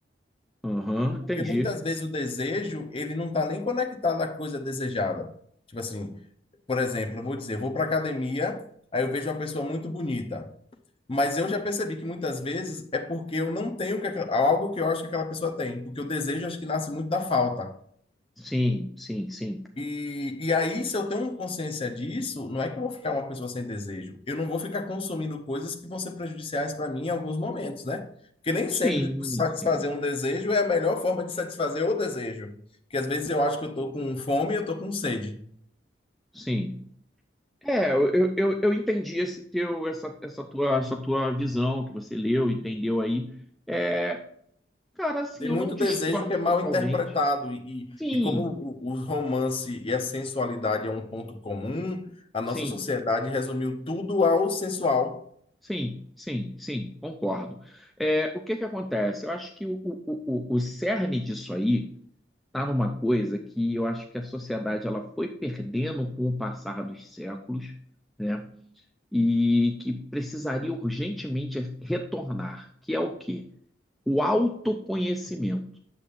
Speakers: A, in the centre; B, on the left (about 30°).
A: Aham, entendi.
B: Porque muitas vezes o desejo, ele não está nem conectado à coisa desejada. Tipo assim, por exemplo, eu vou dizer, eu vou para academia, aí eu vejo uma pessoa muito bonita, mas eu já percebi que muitas vezes é porque eu não tenho que aquela- algo que eu acho que aquela pessoa tem, porque o desejo acho que nasce muito da falta.
A: Sim, sim, sim.
B: E, e aí, se eu tenho consciência disso, não é que eu vou ficar uma pessoa sem desejo. Eu não vou ficar consumindo coisas que vão ser prejudiciais para mim em alguns momentos, né? Porque nem sempre
A: Sim,
B: satisfazer
A: sim,
B: um desejo é a melhor forma de satisfazer o desejo. Porque às vezes eu acho que eu estou com fome e eu estou com sede.
A: sim. É, eu, eu, eu entendi esse teu, essa, essa tua, essa tua visão que você leu, entendeu aí. É, cara, assim,
B: Tem
A: eu
B: muito
A: não discordo
B: desejo que é mal
A: totalmente.
B: interpretado. E,
A: Sim,
B: e como o, o romance e a sensualidade é um ponto comum, a nossa
A: sim,
B: sociedade resumiu tudo ao sensual.
A: sim, sim, sim, concordo. É, o que que acontece? Eu acho que o, o, o, o cerne disso aí tá numa coisa que eu acho que a sociedade ela foi perdendo com o passar dos séculos, né? E que precisaria urgentemente retornar, que é o quê? o autoconhecimento.